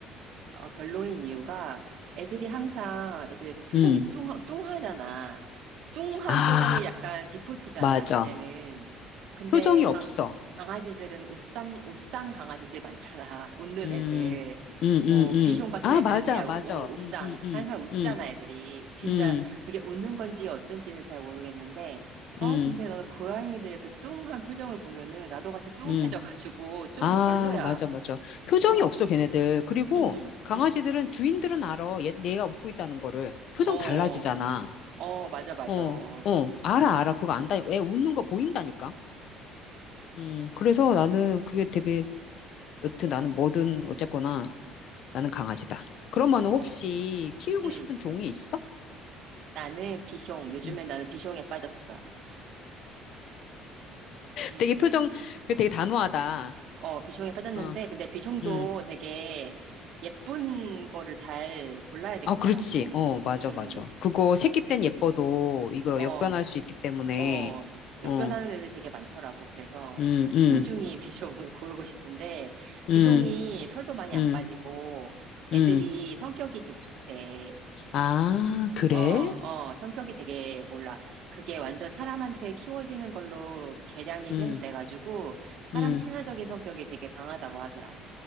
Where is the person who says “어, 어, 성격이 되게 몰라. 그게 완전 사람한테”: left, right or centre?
Right